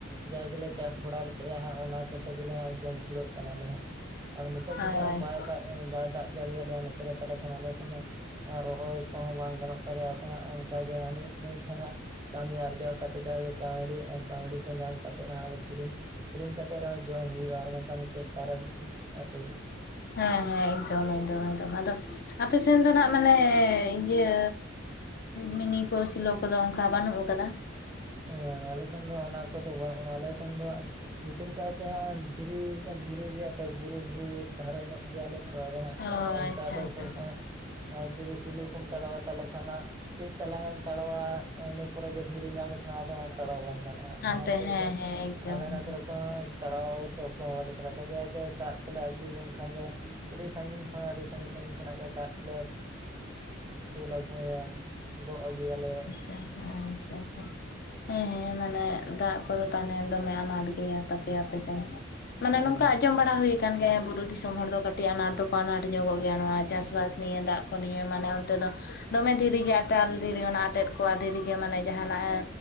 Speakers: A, on the right; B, on the left.
A: ᱡᱟ ᱜᱮᱞᱮ ᱪᱟᱥ ᱵᱟᱲᱟ ᱞᱮᱜᱟ ᱦᱟᱸᱜ ᱚᱱᱟ ᱠᱚᱛᱮ ᱜᱮᱞᱮ ᱡᱚᱢ ᱠᱩᱲᱟᱹᱜ ᱠᱟᱱᱟᱞᱮ ᱦᱟᱸᱜ ᱟᱫᱚ ᱱᱤᱛᱚᱜ
B: ᱚ
A: ᱡᱩᱫᱤ
B: ᱟᱪᱪᱷᱟ
A: ᱵᱟᱭ ᱫᱟᱜ ᱵᱟᱭ ᱫᱟᱜ ᱡᱟᱹᱲ ᱟᱞᱮᱭᱟ᱾ ᱱᱚᱛᱮ ᱨᱮ ᱛᱟᱦᱚᱞᱮ ᱠᱷᱟᱱ ᱟᱞᱮ ᱥᱮᱱᱟᱜ ᱨᱚᱦᱚᱭ ᱠᱚᱦᱚᱸ ᱵᱟᱝ ᱜᱟᱱᱚᱜ ᱛᱟᱞᱮᱭᱟ᱾ᱟᱫᱚ ᱦᱟᱸᱜ ᱚᱱᱠᱟᱜᱮ ᱦᱟᱹᱱᱤ ᱱᱟᱭ ᱴᱷᱮᱱ ᱦᱟᱸᱜ ᱠᱟᱹᱢᱤ ᱟᱨᱡᱟᱣ ᱠᱟᱛᱮ ᱡᱟᱜᱮ ᱠᱟᱹᱣᱰᱤ ᱠᱟᱹᱣᱰᱤ ᱠᱚ ᱧᱟᱢ ᱠᱟᱛᱮ ᱦᱟᱸᱜ ᱟᱫᱚ ᱠᱤᱨᱤᱧ ᱠᱤᱨᱤᱧ ᱠᱟᱛᱮ ᱨᱮᱦᱚᱸ ᱡᱚᱢ ᱦᱩᱭᱩᱜᱼᱟ ᱟᱨ ᱵᱟᱝᱠᱷᱟᱱ ᱫᱚ ᱪᱮᱫ ᱠᱟᱨᱮᱢ ᱟᱥᱩ
B: ᱦᱮᱸ ᱦᱮᱸ ᱮᱠᱫᱚᱢ ᱮᱠᱫᱚᱢ ᱮᱠᱫᱚᱢ ᱟᱫᱚ᱾ ᱟᱯᱮ ᱥᱮᱱ ᱫᱚ ᱱᱟᱜ ᱢᱟᱱᱮ ᱤᱭᱟᱹ ᱢᱤᱱᱤ ᱠᱚ ᱥᱮᱞᱚ ᱠᱚᱫᱚ ᱚᱱᱠᱟ ᱵᱟᱹᱱᱩᱜ ᱟᱠᱟᱫᱟ?
A: <unintelligible> ᱟᱞᱮ ᱥᱮᱱ ᱫᱚ ᱚᱱᱟ ᱠᱚᱫᱚ ᱵᱟᱹᱱᱩᱜᱼᱟ ᱟᱞᱮ ᱥᱮᱱ ᱫᱚ <unintelligible> ᱠᱟᱭᱛᱮ <unintelligible> ᱫᱷᱤᱨᱤ ᱜᱮᱭᱟ ᱛᱚ ᱵᱩᱨᱩ ᱵᱩᱨᱩ ᱫᱷᱟᱨᱮ ᱧᱚᱜ ᱜᱮᱭᱟᱞᱮ ᱛᱚ ᱟᱫᱚ ᱦᱟᱜ
B: ᱚ
A: ᱚᱱᱠᱟ
B: ᱟᱪᱪᱷᱟ
A: ᱫᱚ
B: ᱟᱪᱪᱷᱟ
A: ᱥᱚᱵ
B: ᱟᱪᱪᱷᱟ
A: ᱥᱚᱢᱚᱭ ᱡᱩᱫᱤ ᱥᱤᱞᱩ ᱠᱚᱢ ᱛᱟᱲᱟᱣᱟ ᱛᱟᱦᱚᱞᱮ ᱠᱷᱟᱱ ᱦᱟᱜ ᱠᱟᱹᱡ ᱪᱟᱞᱟᱝ ᱮᱢ ᱛᱟᱲᱟᱣᱟ ᱤᱱᱟᱹ ᱯᱚᱨᱮ ᱜᱮ ᱫᱷᱤᱨᱤ ᱧᱟᱢ ᱞᱮᱠᱷᱟᱱ ᱟᱫᱚ ᱦᱟᱸᱜ ᱛᱟᱲᱟᱣ ᱵᱟᱝ ᱜᱟᱱᱚᱜ ᱦᱚᱭ᱾
B: ᱦᱟᱱᱛᱮ
A: ᱚᱱᱟ ᱠᱷᱟᱹᱛᱤᱨ
B: ᱦᱮᱸ
A: ᱜᱮ
B: ᱦᱮᱸ ᱮᱠᱫᱚᱢ
A: ᱟᱫᱚ ᱚᱱᱟ
B: ᱮᱠᱫᱚᱢ
A: ᱠᱷᱟᱹᱛᱤᱨ ᱛᱟᱲᱟᱣ ᱫᱚ ᱚᱠᱚᱭ ᱦᱚᱸ ᱵᱟᱞᱮ ᱛᱟᱲᱟᱣ ᱮᱫᱟ ᱡᱟ ᱜᱮ ᱫᱟᱜ ᱠᱚᱞᱮ ᱟᱹᱜᱩ ᱡᱚᱝ ᱠᱷᱟᱱ ᱫᱚ ᱟᱹᱰᱤ ᱥᱟᱺᱜᱤᱧ ᱠᱷᱚᱱ ᱟᱹᱰᱤ ᱥᱟᱺᱟᱹᱜᱤᱧ ᱥᱟᱟᱺᱜᱤᱧ ᱠᱷᱚᱱᱟᱜ ᱜᱮ ᱫᱟᱜ ᱠᱚᱞᱮ ᱫᱩᱞ ᱟᱹᱜᱩᱭᱟ᱾ ᱜᱚᱜ ᱟᱹᱜᱩᱭᱟᱞᱮ᱾
B: ᱟᱪᱪᱷᱟ ᱟᱪᱪᱷᱟ ᱾ <unintelligible> ᱦᱮᱸ ᱦᱮᱸ ᱢᱟᱱᱮ ᱫᱟᱜ ᱠᱚᱫᱚ ᱛᱟᱦᱚᱞᱮ ᱫᱚᱢᱮ ᱟᱱᱟᱴ ᱜᱮ ᱮᱭᱟ ᱛᱯᱮᱭᱟ ᱟᱯᱮ ᱥᱮᱱ <unintelligible> ᱢᱟᱱᱮ
A: ᱦᱮᱸ
B: ᱱᱚᱝᱠᱟ ᱟᱸᱡᱚᱢ ᱵᱟᱲᱟ ᱦᱩᱭ ᱟᱠᱟᱱ ᱜᱮᱭᱟ ᱦᱮᱸ ᱵᱩᱨᱩ ᱫᱤᱥᱚᱢ ᱦᱚᱲ ᱫᱚ ᱠᱟᱹᱴᱤᱡ ᱟᱱᱟᱴ ᱫᱚ ᱟᱱᱟᱴ ᱧᱚᱜᱚᱜ ᱜᱮᱭᱟ ᱱᱚᱣᱟ ᱪᱟᱥ ᱵᱟᱥ ᱱᱤᱭᱮ ᱫᱟᱜ ᱠᱚ ᱱᱤᱭᱮ ᱢᱟᱱᱮ ᱚᱱᱛᱮ ᱫᱚ ᱫᱚᱢᱮ ᱫᱷᱤᱨᱤ ᱜᱮ ᱟᱴᱟᱞ ᱫᱷᱤᱨᱤ ᱚᱱᱟ ᱟᱴᱮᱫ ᱠᱚᱜ-ᱟ ᱫᱷᱤᱨᱤ ᱜᱮ ᱢᱟᱱᱮ ᱡᱟᱦᱟᱱᱟᱜ ᱮ